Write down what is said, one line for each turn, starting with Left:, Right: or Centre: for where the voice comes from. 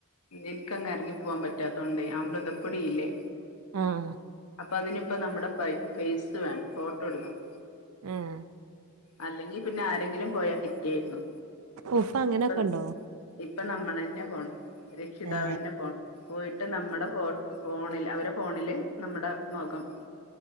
Left: എനിക്കങ്ങ് ഇറങ്ങി പോവാൻ പറ്റാത്തോണ്ട് അമൃതപ്പൊടിയില്ലേ
Right: ആഹ്
Left: അപ്പൊ അതിനിപ്പ നമ്മടെ ഫേസ് വേണം ഫോട്ടോ എടുക്കണം
Right: ഏഹ്
Left: അല്ലെങ്കിൽ പിന്നെ ആരെങ്കിലും പോയാൽ കിട്ടിയായിരുന്നു
Right: ഉഫ അങ്ങനെയൊക്കെ
Left: ഇപ്പൊ
Right: ഉണ്ടോ
Left: ഇപ്പൊ നമ്മളന്നെ പോണം രക്ഷിതാവന്നെ
Right: തന്നെ
Left: പോണം പോയിട്ട് നമ്മടെ ഫോ ഫോണില് അവരെ ഫോണില് നമ്മടെ മോഖം